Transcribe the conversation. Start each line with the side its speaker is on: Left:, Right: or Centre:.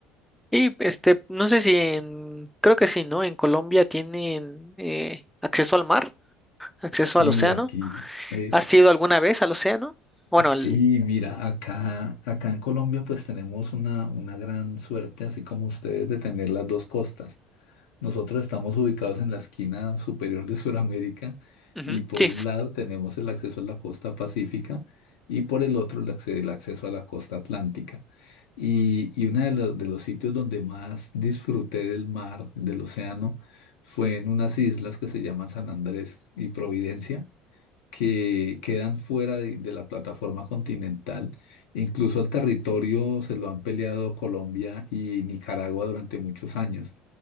Centre: Y este, no sé si en, creo que sí, ¿no? En Colombia tienen eh, acceso al mar. acceso
Left: Sí,
Centre: al océano.
Left: aquí. eh,
Centre: ¿Has ido alguna vez al océano? Bueno,
Left: Sí,
Centre: al...
Left: mira, acá, acá en Colombia pues tenemos una, una gran suerte, así como ustedes, de tener las dos costas. Nosotros estamos ubicados en la esquina superior de Sudamérica
Centre: Ujú,
Left: y por
Centre: Sí,
Left: un
Centre: s-
Left: lado tenemos el acceso a la costa pacífica y por el otro el, acce- el acceso a la costa atlántica. Y, y uno de, los de los sitios donde más disfruté del mar, del océano, fue en unas islas que se llaman San Andrés y Providencia que quedan fuera de, de la plataforma continental. Incluso el territorio se lo han peleado Colombia y Nicaragua durante muchos años,